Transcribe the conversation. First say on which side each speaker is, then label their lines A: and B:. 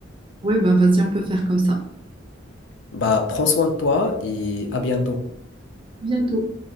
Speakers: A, on the right; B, on the left.
A: Oui, ben vas-y, on peut faire comme ça.
B: Bah, prends soin de toi et à bientôt.
A: À bientôt.